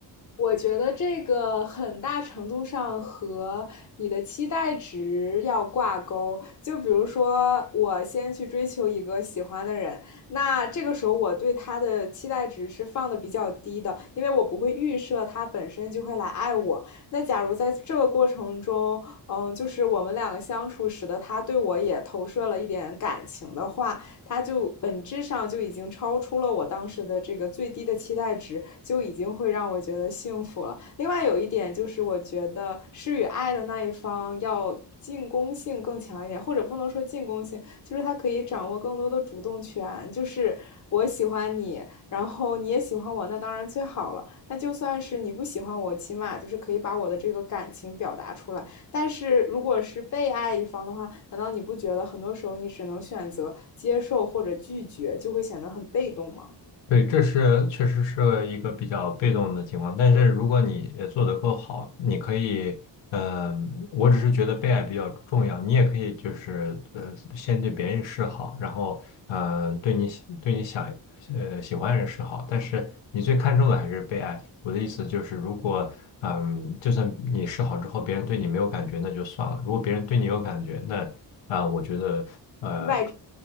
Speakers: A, on the left (about 40°); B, on the left (about 80°).
A: 我觉得这个很大程度上和你的期待值要挂钩。就比如说，我先去追求一个喜欢的人，那这个时候我对他的期待值是放的比较低的，因为我不会预设他本身就会来爱我。那假如在这个过程中，嗯，就是我们两个相处，使得他对我也投射了一点感情的话，它就本质上就已经超出了我当时的这个最低的期待值，就已经会让我觉得幸福了。另外有一点就是，我觉得施与爱的那一方要。进攻性更强一点，或者不能说进攻性，就是他可以掌握更多的主动权。就是我喜欢你，然后你也喜欢我，那当然最好了。那就算是你不喜欢我，起码就是可以把我的这个感情表达出来。但是如果是被爱一方的话，难道你不觉得很多时候你只能选择接受或者拒绝，就会显得很被动吗？
B: 对，这是确实是一个比较被动的情况，但是如果你也做得够好，你可以，嗯、我只是觉得被爱比较重要，你也可以就是呃，先对别人示好，然后呃，对你喜对你想呃喜欢的人示好，但是你最看重的还是被爱。我的意思就是，如果嗯、就算你示好之后，别人对你没有感觉，那就算了；如果别人对你有感觉，那啊、我觉得呃，
A: 外，